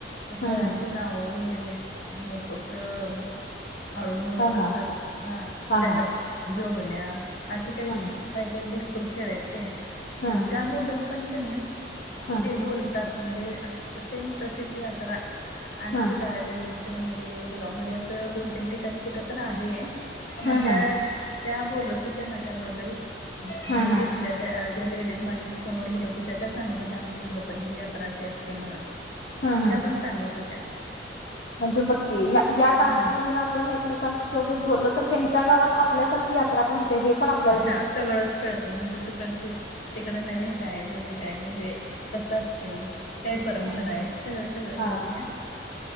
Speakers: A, on the left (about 85°); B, on the left (about 65°).
A: त्या
B: हम्म
A: खेळांचे
B: हम्म
A: नाव वगैरे मो कोटं आळूमळू
B: हा
A: असं
B: हा
A: हां
B: हा
A: त्याला
B: हा
A: जोगण्या अशी काही,
B: हम्म
A: काही, काही भरपूर खेळ आहेत काय
B: हा
A: मग त्याबद्दल पण का नाही
B: हा
A: ते बोलतात म्हणजे सेम तशीच यात्रा आण
B: हा
A: ती काय जयसिंग पूर मध्ये उदगाव मध्ये असं दोन, तीन ठिकाणी कुठ तर आहे मग
B: हा हा
A: त्या त्या बोलत होत्याना त्याबद्दल म्हणजे
B: हा हा
A: तिथल्या त्या ज्या लेडीज माझ्याशी फोनवर बोलत होत्या त्या सांगत होत्या आमच्या इकडे पण ही यात्रा अशी असते म्हणून
B: हा हा
A: त्या पण सांगत होत्या
B: म्हणजे बक्की ह्या, ह्या टास्कमधून
A: हा
B: आप पण एकमेकांसोबत बोलल तर त्यांच्या गावात आपल्यासारखी यात्रा पण होते ते हे पण आप
A: ह्या सगळंच कळते म्हणजे तिकडचे तिकड नवीन काय जुन काय म्हणजे कसं असते काही परंपरा
B: हम्म हम्म
A: आहे सगळं, सगळं
B: हा
A: कळत आ